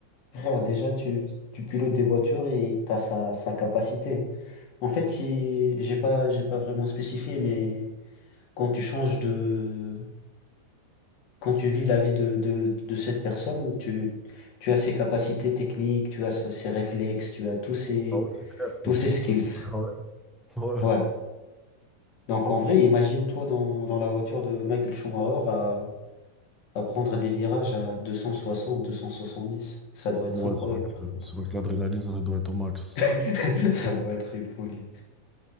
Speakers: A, on the left (about 50°); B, in the centre.
A: Frère, déjà, tu, tu pilotes des voitures et t'as sa, sa capacité. En fait, si, j'ai pas, j'ai pas vraiment spécifié, mais quand tu changes de, quand tu vis la vie de, de, de cette personne, tu, tu as ses capacités techniques, tu as ses ses réflexes, tu as tous ses,
B: Ah ouais, c'est clair.
A: tous
B: Bah,
A: ses
B: sinon,
A: skills.
B: ça serait pas grave. Ouais,
A: Ouais. Donc, en vrai, imagine-toi dans, dans la voiture de Michael Schumacher à, à prendre des virages à deux deux cent cent soixante, deux cent soixante-dix. Ça doit être
B: ouais,
A: incroyable,
B: c'est vrai que,
A: par contre.
B: c'est vrai que l'adrénaline, ça doit être au max.
A: <laughs> Ça doit être une folie.